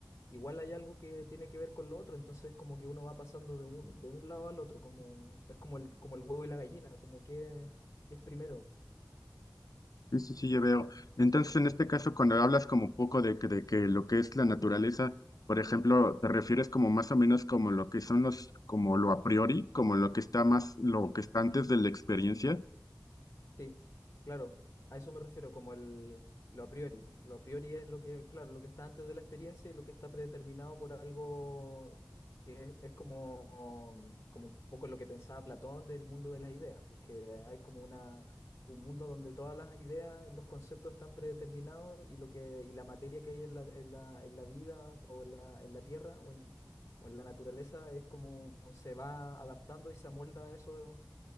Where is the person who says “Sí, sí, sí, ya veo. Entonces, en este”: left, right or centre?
Left